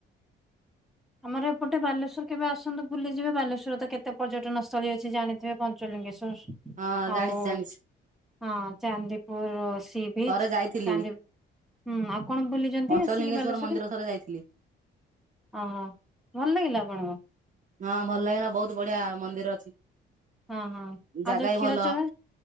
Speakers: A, in the centre; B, on the right.
A: ଆମର ଏପଟେ ବାଲେଶ୍ଵର କେବେ ଆସନ୍ତୁ ବୁଲିଯିବେ ବାଲେଶ୍ଵରରେ ତ କେତେ ପର୍ଯ୍ୟଟନସ୍ଥଳୀ ଅଛି ଜାଣିଥିବେ ପଞ୍ଚଲିଙ୍ଗେଶ୍ଵର
B: ହଁ ଜାଣିଛି
A: ଆଉ
B: ଜାଣିଛି
A: ହଁ ଚାନ୍ଦିପୁର ସି ବିଚ୍
B: ଥରେ ଯାଇଥିଲି
A: ଚାନ୍ଦି ହୁଁ ଆପଣ ବୁଲିଛନ୍ତି
B: ପଞ୍ଚଲିଙ୍ଗେଶ୍ଵର
A: ଆସିକି ବାଲେଶ୍ଵରରେ?
B: ମନ୍ଦିର ଥରେ ଯାଇଥିଲି।
A: ଓ ହୋ ଭଲ ଲାଗିଲା ଆପଣଙ୍କୁ?
B: ହଁ ଭଲ ଲାଗିଲା ବହୁତ ବଢ଼ିଆ ମନ୍ଦିର ଅଛି।
A: ହଁ ହଁ
B: ଜାଗା
A: ଆଉ ଯୋଉ
B: ବି
A: କ୍ଷୀରଚୋରା
B: ଭଲ